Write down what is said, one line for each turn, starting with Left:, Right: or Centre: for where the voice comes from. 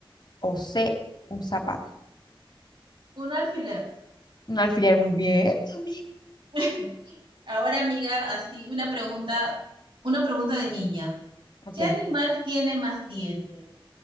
Left: o C, un zapato.
Right: Un alfiler.
Left: Un alfiler, muy bien. amiga.
Right: <laughs> Ahora, amiga, así una pregunta, una pregunta de niña.
Left: Ok.
Right: ¿Qué animal tiene más dientes?